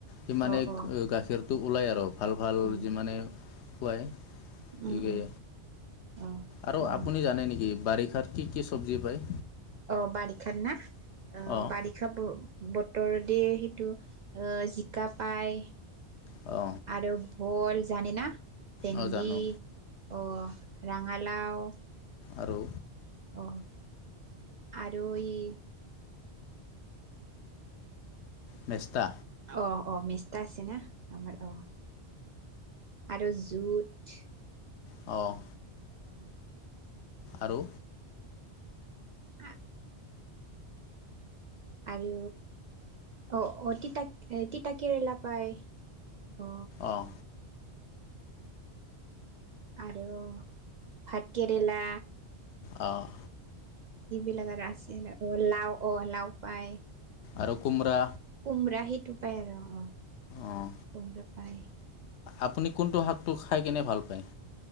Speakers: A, on the left (about 80°); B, on the right (about 60°).
A: সিমানে
B: অ অ
A: গাখীৰ টো ওলাই আৰু ভাল ভাল
B: উম
A: যিমানে খুৱায়
B: উম
A: সে
B: উম অ
A: আৰু
B: কাৰণ
A: আপুনি জানে নেকি বাৰিষাত কি কি চবজি পায়।
B: অ', বাৰিষাত না অ,
A: অ'।
B: বাৰিষাত ব বতৰ দ সেইটো জিকা পায়
A: অঁ
B: আৰু ভুল জানে না ভেণ্ডি
A: অঁ জানো
B: অ ৰাঙালাও
A: আৰু
B: অ', আৰু এই
A: মেষ্টা
B: অ', অ', মেষ্টা আছে না আমাৰ অ। আৰু জুত
A: অ'।
B: অ'।
A: আৰু
B: হ আৰু অ', অ', তিতা তিতা কেৰেলা পায়। অ
A: অঁ
B: আৰু ভাত কেৰেলা
A: অ'।
B: এইবিলাক আৰু আছে ন অ লাও অ লাও পায়।
A: আৰু কোমৰা
B: কোমৰা সেইটো পায় আৰু আহ
A: অঁ
B: কোমৰা পায়।
A: আপুনি কোনটো শাকটো খাই কেনে ভাল পায়?